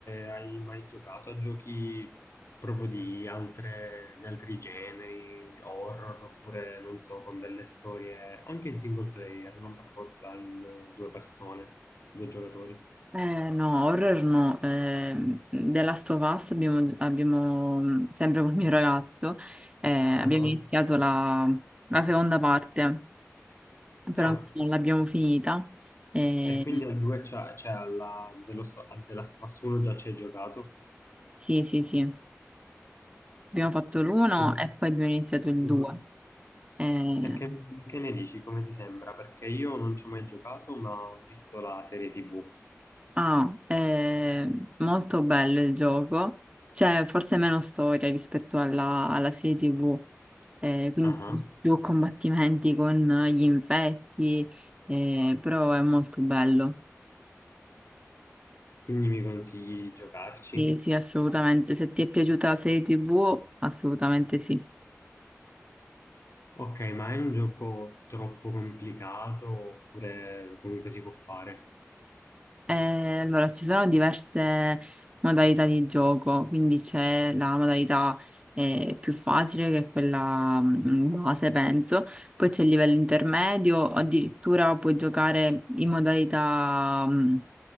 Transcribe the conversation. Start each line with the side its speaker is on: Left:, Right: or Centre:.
Left: hai mai giocato a giochi proprio di altre- di altri generi, horror, oppure non so, con delle storie anche in single player, non per forza in eh, due persone, due giocatori?
Right: Eh, no, horror no. Eh, The Last of Us abbiamo, abbiamo, mm, sempre col mio ragazzo, eh, abbiamo
Left: Ah,
Right: iniziato la, la seconda parte, però
Left: Ah,
Right: non l'abbiamo finita. Eh,
Left: e quindi al 2 c'è, c'è alla The Last The Last of Us 1 già ci hai giocato?
Right: sì, sì, sì. Abbiamo fatto l'uno
Left: Sì.
Right: e poi abbiamo iniziato il
Left: Mm.
Right: due. Ehm,
Left: E che, che ne dici? Come ti sembra? Perché io non ci ho mai giocato, ma ho visto la serie TV.
Right: Ah, è molto bello il gioco. C'è forse meno storia rispetto alla, alla serie TV, eh, quindi
Left: Ah,
Right: più combattimenti con gli infetti, eh, però è molto bello.
Left: Quindi mi consigli di giocarci?
Right: Sì, sì, assolutamente. Se ti è piaciuta la serie TV, assolutamente sì.
Left: Ok, ma è un gioco troppo complicato oppure comunque si può fare?
Right: Eh, allora, ci sono diverse modalità di gioco, quindi c'è la modalità eh, più facile, che è quella mm, base, penso, poi c'è il livello intermedio, addirittura puoi giocare in modalità mm,